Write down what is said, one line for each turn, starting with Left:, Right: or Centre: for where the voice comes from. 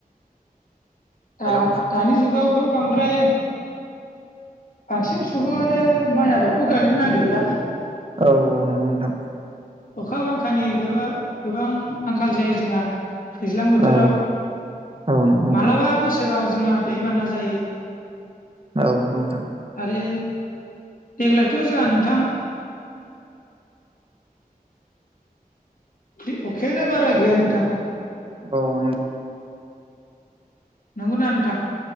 Left: दा-दानि
Right: हेलौ नोंथां
Left: जुगावथ' बांद्राय बांसिन सुबुङानो माइ आबादखौ गायनो नागिरला
Right: औ औ नंगौ नोंथां
Left: अखा बांखानि गोबा गोबां आंखाल जायो जोंहा दैज्लां बोथोराव
Right: औ औ नंगौ नोंथां
Left: मालाबा बोसोराव जोंहा दैबाना जायो।
Right: ओ नंगौ नोंथां
Left: आरे देग्लायथ' जोंहा नोंथां फ्रि अखायानो बारा गैया नोंथां।
Right: औ नं
Left: नंगौना नोंथां?